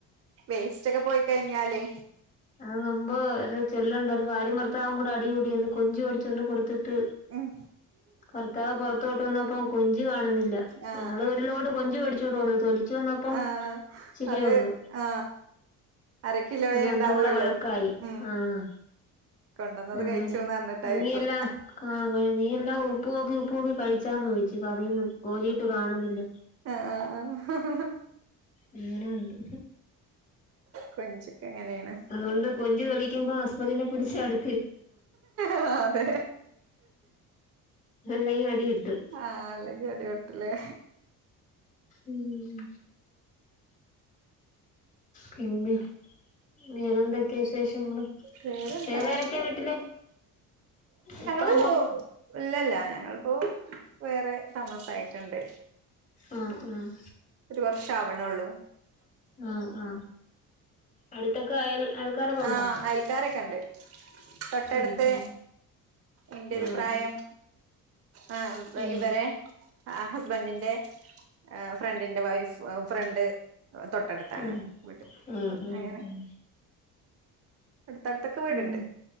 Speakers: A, on the right; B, on the left.
A: വേസ്റ്റ് ഒക്കെ പോയി കഴിഞ്ഞാലേ
B: അത് മുമ്പ് ഒരു ചൊല്ലണ്ട് ഒരു ഭാര്യ ഭർ വും കൂടി അടികൂടിയത് കൊഞ്ച് മേടിച്ചൊണ്ട് കൊടുത്തിട്
A: ഉം
B: ഭർത്താവ് പുറത്തോട്ട് വന്നപ്പം. കൊഞ്ച് കാണുന്നില്ല
A: ആ
B: അയള് ഒരുലോട്. കൊഞ്ച് മേടിച്ചോണ്ട് വന്നു തൊലിച്ചു വന്നപ്പ
A: ആ
B: ഇച്ചരിയേ
A: അത്
B: ഉള്ളു.
A: ആ അര കിലോയേ
B: അങ്ങനെ രണ്ടും
A: ഉണ്ടാവുള്ളൂ
B: കൂടെ വഴക്കായി.
A: ഉം
B: ആഹ്
A: കൊണ്ടന്നത്
B: അങ്ങനെ
A: കഴിച്ചുന്ന് പറഞ്ഞിട്ടായിരിക്കും
B: നീയല്ലാ കക നീ എല്ലാം ഉപ്പ്നോക്കി ഉപ്പ്നോക്കി ച്ചാന്ന് ചോദിച്ചി കറിയുന്നു കോരിയിട്ട് കാണുന്നില്ല.
A: ആഹ് ആഹ് ആഹ്
B: അങ്ങനെയുണ്ട്.
A: കൊഞ്ചൊക്കെ അങ്ങനെയാണ്
B: അതുകൊണ്ട് കൊഞ്ച് തെളിക്കുമ്പോ ഹസ്പെന്റ പിടിച്ചടു
A: ആഹ് അതേ
B: അല്ലെങ്കിൽ അടി കിട്ടും
A: ആഹ് അല്ലെങ്കിൽ അടി പോട്ടുല്ലേ
B: ഉം പിന്നേ വേറെ എന്തൊക്കെയാ വിശേഷങ്ങള്
A: വേറെന്താ
B: വേറെ ആരൊക്കെയ വീട്ടില് ഇപ്പം.
A: ഓ ഇല്ലല്ല ഞങ്ങളിപ്പോ വേറെ താമസായി ച്ച്ണ്ട്
B: ആഹ് ആഹ്
A: ഒരു വർഷം ആവണൊള്ളു
B: ആ ആഹ് അടുത്തൊക്കെ അയൽ അയൽക്കാരൊക്കെ ഉണ്ടോ
A: ആഹ് അയൽക്കാരൊക്കെ ഇണ്ട് തൊട്ടടുത്ത്
B: ഉം ഉം
A: എന്റെരു
B: ആഹ്
A: പ്രായം ആ
B: ആഹ്
A: ഇവരെ അ ഹസ്ബൻഡിന്റെ ആ ഫ്രണ്ടിന്റെ വൈഫ് ഫ്രണ്ട് തൊട്ടടുത്താണ്
B: ഉം ഉം
A: വീട്
B: ആഹ് ആഹ്
A: അങ്ങനെ അടുത്തടുത്തൊക്കെ വീട്ണ്ട്
B: ഉം